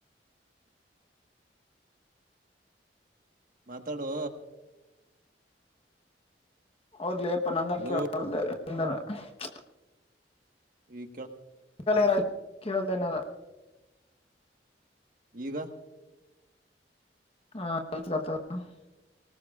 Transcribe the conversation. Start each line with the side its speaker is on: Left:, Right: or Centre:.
Right: ಮಾತಾಡುೋ
Left: ಅವದಲಿ ಯಪ್ಪ ನಂದ
Right: ಹಲೋ
Left: ಕೇಳ್ದಂದಾನ <unintelligible>
Right: ಈ
Left: <unintelligible> ಕೇಳದೇನ
Right: ಈಗ
Left: ಹಾ ಇತ <unintelligible>